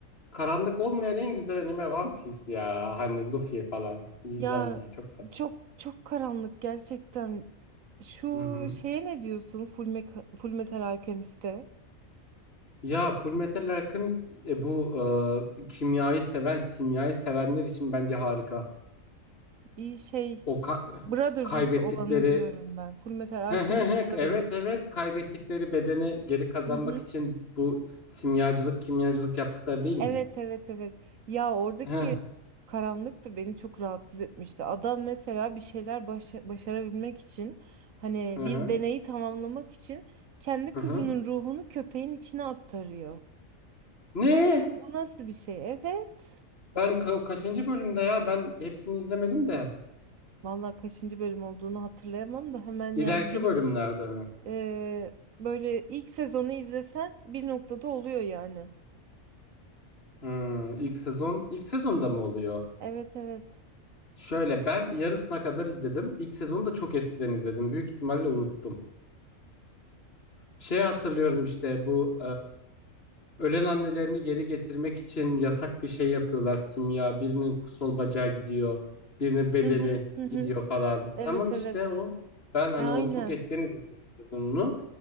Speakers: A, on the left; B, on the right.
A: karanlık olmayan en güzel anime One Piece ya. Hani Luffy falan diyeceğim
B: Ya
A: ya çok tatlı.
B: çok çok karanlık gerçekten. Şu
A: Hı hı.
B: şeye ne diyorsun? Full, Mecha- Full Metal Alchemist'te
A: Ya Fullmetal Alchemist e, bu e, kimyayı seven, simyayı sevenler için bence harika.
B: bir şey
A: O ka-
B: Brotherhood
A: kaybettikleri
B: olanı diyorum ben. Fullmetal
A: He
B: Alchemist
A: he he.
B: Brotherhood.
A: Evet evet kaybettikleri bedeni geri kazanmak
B: Hı hı.
A: için bu simyacılık kimyacılık yaptıkları değil mi?
B: Evet evet evet. Ya oradaki
A: He.
B: karanlık da beni çok rahatsız etmişti. Adam mesela bir şeyler başa- başarabilmek için hani
A: Hı
B: bir
A: hı.
B: deneyi tamamlamak için kendi
A: Hı
B: kızının
A: hı.
B: ruhunu köpeğin içine aktarıyor.
A: Ne?
B: Bu bu nasıl bir şey? Evet.
A: Ben ka- kaçıncı bölümde ya? Ben hepsini izlemedim de.
B: Vallahi kaçıncı bölüm olduğunu hatırlayamam da hemen
A: İleriki
B: yani bir
A: bölümlerde mi?
B: e, böyle ilk sezonu izlesen bir noktada oluyor yani.
A: Hı, ilk sezon ilk sezonda mı oluyor?
B: Evet evet.
A: Şöyle ben yarısına kadar izledim. İlk sezonu da çok eskiden izledim. Büyük ihtimalle unuttum. Şey hatırlıyorum işte bu Ölen annelerini geri getirmek için yasak bir şey yapıyorlar simya. Birinin sol bacağı gidiyor, birinin bedeni
B: Hı hı hı hı.
A: gidiyor falan.
B: Evet
A: Tamam işte
B: evet.
A: o. Ben hani
B: E, aynen.
A: onu çok eskiden izledim sezonunu.